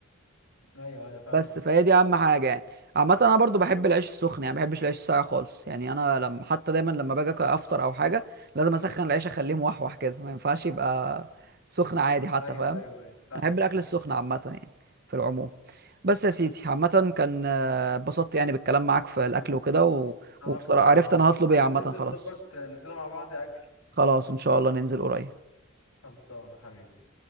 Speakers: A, on the left; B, on the right.
A: ايوه ايوه فاهمك
B: بس فهي دي اهم حاجه يعني عامه انا برضو بحب العيش السخن يعني ما بحبش العيش الساقع خالص يعني انا لما حتى دايما لما باجي أك- افطر او حاجه لازم اسخن العيش اخليه موحوح كده ما ينفعش يبقى سخن عادي حتى
A: ايوه
B: فاهم
A: ايوه ايوه فاهمك
B: انا بحب الاكل
A: فاهمك
B: السخن عامه يعني في العموم بس يا سيدي عامه كان آه، اتبسطت يعني بالكلام معاك في الاكل وكده و...
A: انا
B: وبصراحه
A: اكتر والله
B: عرفت انا هطلب
A: لازم
B: ايه عامه
A: ننزل
B: خلاص
A: نظبط آه، نزوله مع بعض اكل
B: خلاص ان شاء الله ننزل قريب
A: خلصانه حبيبي